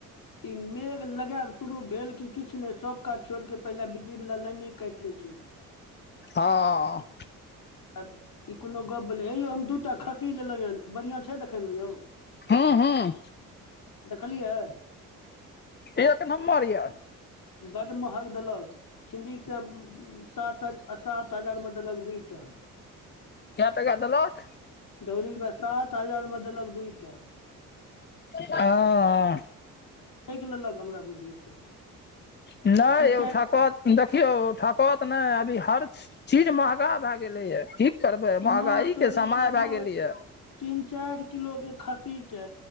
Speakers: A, on the left (about 50°); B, on the left (about 25°).
A: ई मेघ लगायब शुरू भेल क किछु ने सब काज छोड़ के पहिले बिजली वाला लाइने काटि लै छै
B: हँ
A: आब ई कोनो गप्प भेलै हे यौ हम दू टा खस्सी लेलहुँ ये बढ़िआं छै देखय में यौ
B: हं हं
A: देखलियै
B: एक नम्बर यऽ
A: बड्ड महग देलक छिंडीकसँ सात सात हजार म देलक दूइटा
B: कए टाका देलक
A: दौरी के बाइ सात हजार मे देलक दूइटा
B: ह
A: ठकि लेलक हमरा बुझियौ तऽ
B: नइ
A: आ तीन
B: यौ
A: चारि
B: ठकत देखियौ ठकत नै अभी हर चीज महगा भए गेलै य कि कि करबै महँगाई
A: माँ तोरीके
B: के समय भए
A: माँ
B: गेलैए
A: तीन चारि किलो के खस्सी छै